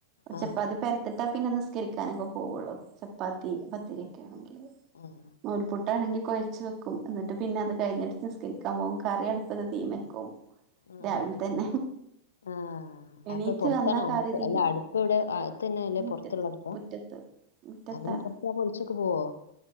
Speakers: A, on the left (about 65°); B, on the right (about 35°).
A: ആഹ്
B: ചപ്പാത്തി പെരത്തിട്ടാ പിന്നെ നിസ്കരിക്കാനൊക്കെ പോവ്വോള്ളൂ ചപ്പാത്തി, പത്തിരിയൊക്കെ ആണെങ്കില്.
A: ഉം.
B: നൂൽപ്പുട്ടാണെങ്കിൽ കൊഴച്ച് വെക്കും എന്നിട്ട് പിന്നെ അത് കഴിഞ്ഞിട്ട് നിസ്കരിക്കാൻ പോകും കറി അടുപ്പത്ത് തീയിമ്മേവയ്ക്കും.
A: ആഹ്
B: രാവിൽ തന്നെ.
A: ആഹ്
B: എണീറ്റ്
A: അപ്പൊ പൊറത്താണ്
B: വന്ന
A: അടുപ്പ്
B: കറി തീയിമ്മേ
A: അല്ല
B: വയ്ക്കും
A: അടുപ്പ് ഇവിടെ അടുത്ത് തന്നെയല്ലേ
B: മുറ്റത്ത്
A: പൊറത്തുള്ള അടുപ്പാ
B: മുറ്റത്ത്. മുറ്റത്താണ്
A: അങ്ങനെ പുറത്തക്ക് ഒഴിച്ചോക്കെ പോവോ.